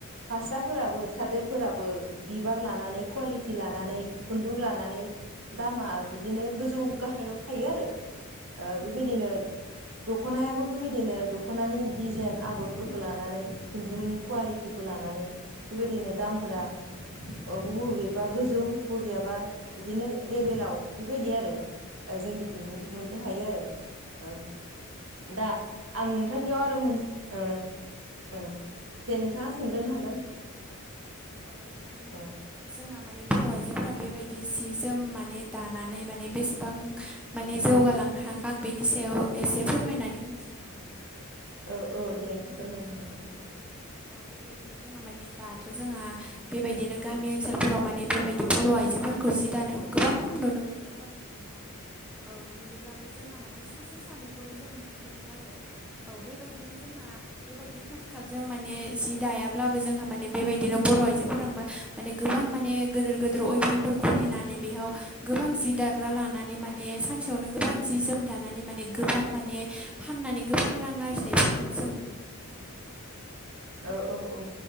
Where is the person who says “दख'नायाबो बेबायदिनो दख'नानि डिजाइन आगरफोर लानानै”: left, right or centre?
Right